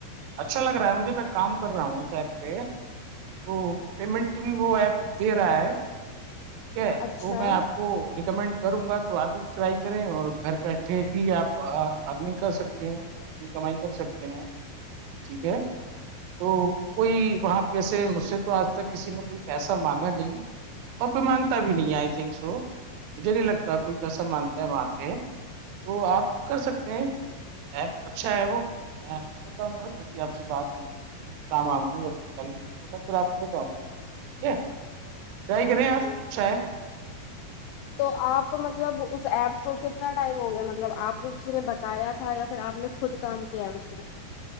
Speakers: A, on the right; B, on the left.
A: اچھا لگ رہا ہے مجھے میں کام کر رہا ہوں شاب کے تو پیمنٹ بھی وہ ایپ دے رہا ہے ٹھیک ہے
B: اچھا
A: تو میں آپ کو ریکمینڈ کروں گا تو آپ بھی ٹرائی کریں اور گھر بیٹھے بھی آپ اپ نہیں کر سکتے ہیں اپنی کمائی کر سکتے ہیں ٹھیک ہے تو کوئی وہاں پہ سے مجھ سے تو آج تک کسی نے کوئی پیسہ مانگا نہیں اور کوئی مانگتا بھی نہیں ہے آئی تھنک سو مجھے نہیں لگتا کوئی پیسہ مانگتا ہے وہاں پہ تو آپ کر سکتے ایپ اچھا ہے وہ میں آپ کو بتاؤں گا کبھی آپ سے بات ہوی شام آں گ یا پھر کل پور پھر آپ کو ہو جاؤں گا ٹھیک ہے ٹرائی کریں
B: اوکے
A: آپ اچھا ہے
B: تو آپ مطلب اس ایپ کو کتنا ٹائم ہو گیا مطلب آپ کو کسی نے ب بتایا تھا یا پھر آپ نے خود کام کیا اس میں